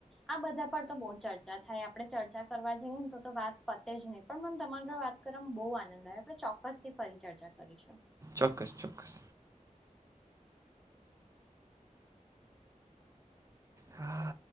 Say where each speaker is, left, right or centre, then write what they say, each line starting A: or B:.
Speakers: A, in the centre; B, on the right (about 25°).
A: આ બધા પર તો બહ ચર્ચા થાય આપ આપણે ચર્ચા કરવા જઈએ ને તો વાત ફતે જ નહીં પણ મને તમારી જો વાત કરવામાં બહુ આનંદ આવે આપ. બસથી ફરી ચર્ચા કરીશું.
B: ચોક્કસ ચોક્કસ. હા.